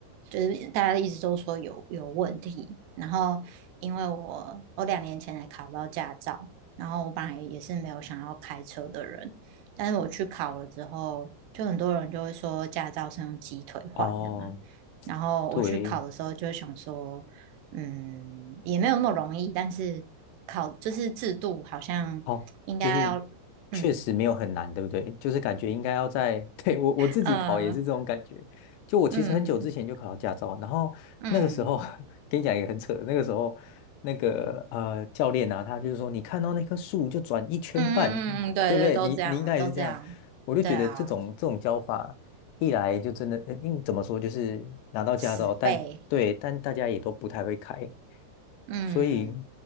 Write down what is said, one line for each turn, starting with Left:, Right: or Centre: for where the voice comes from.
Right: 就是大家一直都说有有问题。然后因为我我两年前才考到驾照，然后我本来也是没有想要开车的人，但是我去考了之后，就很多人就会说驾照是用鸡腿换的嘛。
Left: 哦，
Right: 然后我去考的时候就想说，
Left: 对，
Right: 嗯，也没有那么容易，但是考就是制度好像应该要，
Left: 哦，就是确实没有很难，
Right: 嗯，
Left: 对不对？就是感觉应该要在，<laughs> 对，我我自己考也是这种感觉。
Right: 呃，
Left: 就我其实很久之前就考到驾照，
Right: 嗯
Left: 然后那个时候
Right: 嗯嗯
Left: <laughs> 跟你讲一个很扯的，那个时候那个呃教练啊，他就是说你看到那棵树就转一圈半，
Right: 嗯嗯嗯，
Left: <laughs>
Right: 对对，
Left: 对不对？
Right: 都这样，
Left: 你你应该也是这样，
Right: 都这样，
Left: 我就觉得这种这种教法一来就真的，
Right: 对啊，
Left: 嗯，怎么说就是拿到驾照，
Right: 死背，
Left: 但对，但大家也都不太会开。
Right: 嗯。
Left: 所以